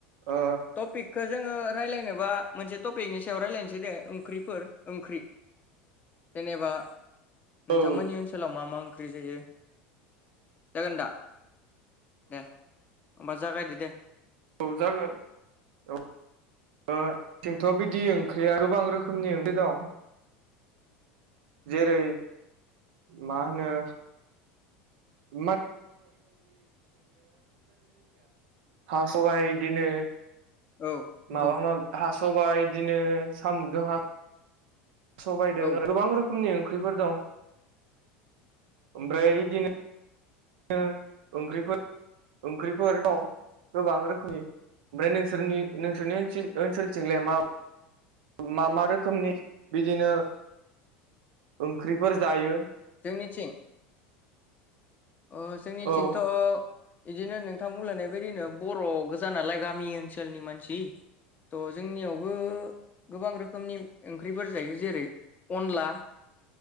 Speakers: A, on the right; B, on the left.
A: ओ
B: तपिकखो जोङो रायज्लायनोबा मोनसे टपिकनि सायाव रायलायनोसै दे ओंख्रिफोर ओंख्रि जेनेबा नोंथांमोननि
A: औ
B: ओनसोलाव मा मा ओंख्रि जायो जागोन दा दे होनबा जागायदो दे
A: औ जागोन औ ओ जोंथ' बिदि ओंख्रिया गोबां रोखोमनि ओंख्रि दं
B: <inaudible>
A: जेरै मा होनो <inaudible> हा सबाइ बिदिनो
B: औ नंगौ
A: माबा मा हास'बाय बिदिनो साम'जों सबायजों
B: औ
A: आरो गोबां रोखोम रोखोमनि ओंख्रिफोर दं ओमफ्राय बिदिनो बिदिनो ओंख्रिफोर ओंख्रिफोर दं गोबां रोखोमनि ओमफ्राय नोंसोरनि नोंसोरनि ओनसोलथिंलाय मा मा मा रोखोमनि बिदिनो ओंख्रिफोर जायो
B: जोंनिथिं अ जोंनिथिंथ'
A: औ
B: बिदिनो नोंथां बुंलांयनाय बायदिनो बर' गोजा नालाय गामि ओनसोलनि मानसि थ' जोंनियावबो गोबां रोखोमनि ओंख्रिफोर जायो जेरै अनला